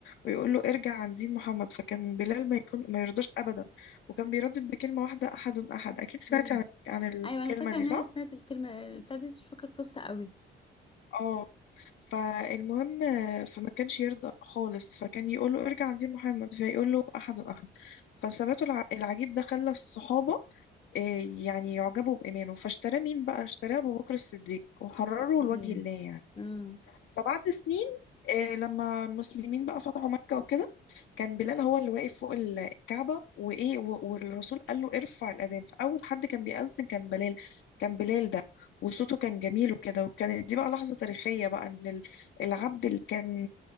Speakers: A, on the left; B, on the left.
A: ويقول له ارجع عن دين محمد فكان بلال ما يكون ما يرضاش ابدا وكان بيردد بكلمة واحدة احد احد اكيد سمعتي
B: امم
A: عن عن الكلمة
B: أيوة أنا فاكرة
A: دي
B: إن
A: صح؟
B: أنا سمعت الكلمة بتاعت دي بس مش فاكرة القصة قوي
A: اه فالمهم آه، فما كانش يرضى خالص فكان يقول له ارجع عن دين محمد فيقول له احد احد فثباته الع- العجيب ده خلى الصحابة إيه يعني يعجبوا بإيمانه فاشتراه مين بقى اشتراه أبو بكر الصديق وحرره
B: امم
A: لوجه الله يعني
B: آه.
A: فبعد سنين إيه لما المسلمين بقى فتحوا مكة وكده كان بلال هو اللي واقف فوق ال- الكعبة وإيه و- والرسول قال له ارفع الأذان فأول حد كان بيأذن كان بلال كان بلال ده وصوته كان جميل وكده وكانت دي بقى لحظة تاريخية بقى إن ال- العبد اللي كان